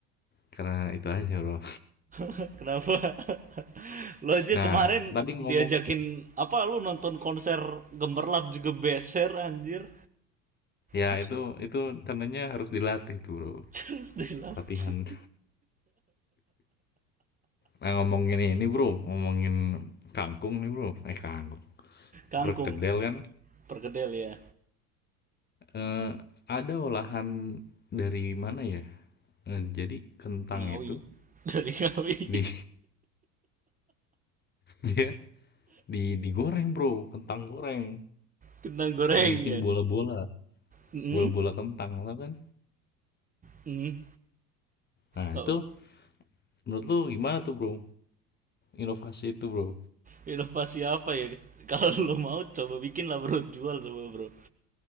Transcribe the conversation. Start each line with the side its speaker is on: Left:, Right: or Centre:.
Left: karena itu aja, Bro.
Right: <laughs> kenapa <laughs> lu aja
Left: Nah,
Right: kemarin
Left: tadi
Right: diajakin
Left: ngomong
Right: apa lu nonton konser gemerlap juga beser anjir
Left: ya
Right: <laughs>
Left: itu itu tandanya harus dilatih tuh, Bro.
Right: terus dilatih
Left: Latihan. Nah, ngomongin ini, Bro, ngomongin kangkung nih, Bro. Eh, kangkung.
Right: kangkung
Left: Perkedel kan
Right: perkedel ya
Left: eh, ada olahan dari mana ya? Eh, jadi kentang
Right: Ngawi.
Left: itu
Right: Dari Ngawi.
Left: di
Right: <laughs>
Left: <laughs> dia di digoreng, Bro. Kentang goreng.
Right: Kentang goreng
Left: Dibikin
Right: ya.
Left: bola-bola,
Right: Hmm?
Left: bola-bola kentang lah kan.
Right: Hmm.
Left: Nah,
Right: Oh.
Left: itu menurut lu gimana tuh, Bro? Inovasi itu, Bro.
Right: Inovasi apa ya? Kalau lo mau coba bikin lah bro, jual coba bro.